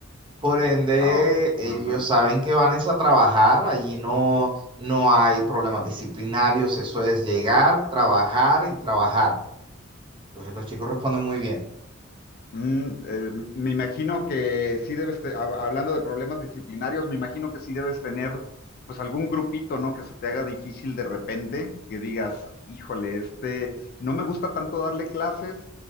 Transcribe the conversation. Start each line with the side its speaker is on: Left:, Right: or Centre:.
Right: por ende
Left: Ah, ajá.
Right: ellos saben que van es a trabajar, allí no, no hay problemas disciplinarios, eso es llegar, trabajar y trabajar. Entonces los chicos responden muy bien.
Left: Mm, eh, me imagino que sí debes, te- hab- hablando de problemas disciplinarios, me imagino que sí debes tener pues algún grupito, ¿no? Que se te haga difícil de repente, que digas, híjole, este, no me gusta tanto darle clases